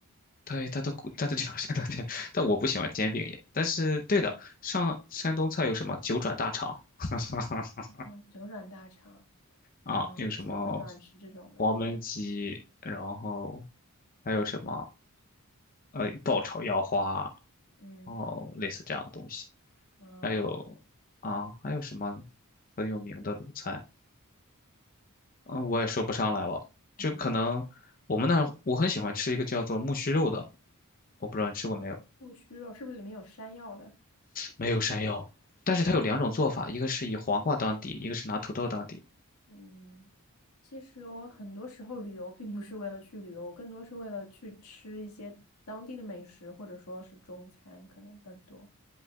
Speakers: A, on the left (about 40°); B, on the left (about 80°).
A: 对，他都他都叫山东菜，<laughs> 但我不喜欢煎饼也。但是对的，上山东菜有什么九转大肠 <laughs>
B: 啊，九转大肠，
A: 啊，
B: 嗯，
A: 有什么
B: 我喜我喜欢吃这种的，
A: 黄焖鸡，
B: 对，
A: 然后还有什么呃爆炒腰花，
B: 嗯，
A: 哦，类似这样的东西。
B: 嗯
A: 还有啊，还有什么很有名的鲁菜？嗯，我也说不上来了。就可能我们那儿我很喜欢吃一个叫做木须肉的，
B: 嗯，
A: 我不知道你吃过没有？
B: 木须肉是不是里面有山药的？
A: 没有山药，但是它有两种做法，
B: 没有山，
A: 一个是以黄瓜当底，一个是拿土豆当底。
B: 嗯，其实我很多时候旅游并不是为了去旅游，我更多是为了去吃一些当地的美食，或者说是中餐，可能更多。